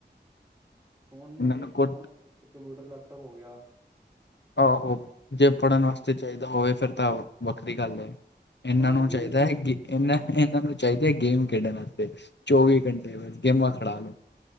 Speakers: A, on the right; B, on the left.
A: ਫੋਨ
B: ਇਹਨਾਂ
A: ਨੇ
B: ਨੂੰ
A: ਇੱਕ
B: ਕੁ
A: ਫੋਨ ਕੰਪਿਊਟਰ ਲੈਪਟੋਪ ਹੋ ਗਿਆ।
B: ਆਹੋ,,,,,, ਜੇ ਪੜ੍ਹਨ
A: ਹੂੰ
B: ਵਾਸਤੇ ਚਾਈਦਾ ਹੋਵੇ ਫਿਰ ਤਾਂ ਵੱਖਰੀ ਗੱਲ ਹੈ। ਇਹਨਾਂ
A: ਹਾਂ
B: ਨੂੰ
A: ਇਹ ਵੀ
B: ਚਾਹੀਦਾ
A: ਜੇ
B: ਹੈ ਕੀ ਇਹਨਾਂ
A: ਹੂੰ
B: ਇਨਾਂ ਨੂੰ, ਚਾਈਦੀ ਹੈ ਗੇਮ ਖੇਡਣ ਵਾਸਤੇ ਚੌਵੀ ਘੰਟੇ ਬਸ ਗੇਮਾਂ ਖੜਾ ਲੋੋ।